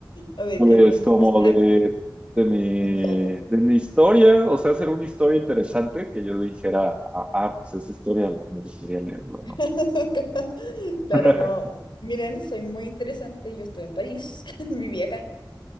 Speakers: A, on the left; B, on the right.
A: ¿O de
B: Pues
A: qué? ¿Internacional?
B: como de, de mi,
A: ¿Un diario?
B: de mi historia, o sea, hacer una historia interesante que yo dijera, ah, ah, pues esa historia la, me gustaría leerla, ¿no?
A: <laughs> Claro,
B: <laughs>
A: como, miren, soy muy interesante, yo estuve en París, <laughs> viví acá,